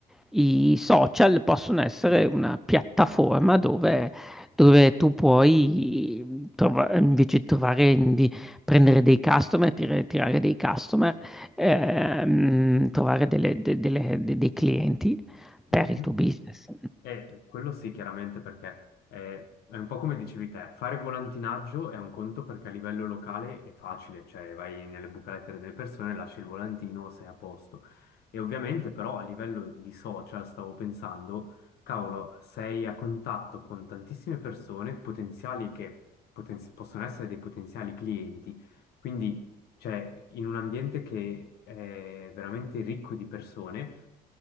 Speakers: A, in the centre; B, on the left (about 70°).
A: i social possono essere una piattaforma dove dove tu puoi trova- invece trovare di prendere dei customer, tir- tirare dei customer, ehm, trovare delle- de- delle- de- dei clienti
B: mhm.
A: per il tuo business.
B: Eh, quello sì, chiaramente, perché eh, è, un po' come dicevi te, fare volantinaggio è un conto perché a livello locale è facile, cioè vai nelle buche lettere delle persone, lasci il volantino, sei a posto. E ovviamente però a livello di social stavo pensando, cavolo, sei a contatto con tantissime persone potenziali che potenzi- possono essere dei potenziali clienti, quindi cioè in un ambiente che è veramente ricco di persone.